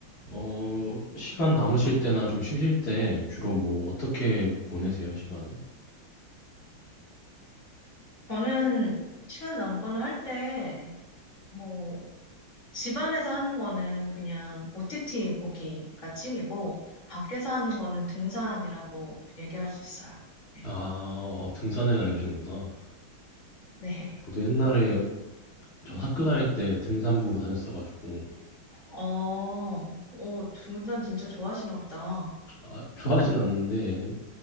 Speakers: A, on the left (about 70°); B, on the left (about 30°).
A: 어, 시간 남으실 때나 좀 쉬실 때 주로 뭐 어떻게 보내세요, 시간을?
B: 저는 시간 남거나 할 때, 뭐, 집안에서 하는 거는 그냥 OTT 보기가 취미고, 밖에서 하는 거는 등산이라고 얘기할 수 있어요. 네,
A: 아, 어, 등산을
B: 네,
A: 다니시는구나.
B: 네.
A: 저도 옛날에 전 학교 다닐 때 등산부 다녔어가지고,
B: 어, 오, 등산 진짜 좋아하시나 보다.
A: 아, 좋아하진 않는데, 옛-